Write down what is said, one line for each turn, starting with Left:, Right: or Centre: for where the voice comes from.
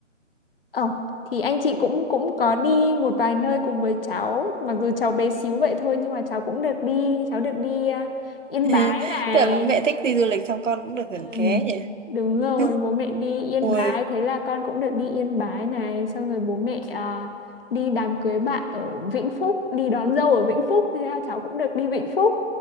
Left: ờ thì anh chị cũng cũng có đi một vài nơi cùng với cháu, mặc dù cháu bé xíu vậy thôi nhưng mà cháu cũng được đi, cháu được đi à,
Right: <laughs>
Left: Yên Bái này,
Right: tức là bố mẹ thích đi du lịch xong con cũng được hưởng
Left: Ừ,
Right: ké nhỉ.
Left: đúng rồi,
Right: <laughs>
Left: bố mẹ đi Yên
Right: Ui,
Left: Bái, thế là con cũng được đi Yên Bái này, xong rồi bố mẹ à, đi đám cưới bạn ở Vĩnh Phúc, đi đón dâu ở Vĩnh Phúc, thế là cháu cũng được đi Vĩnh Phúc.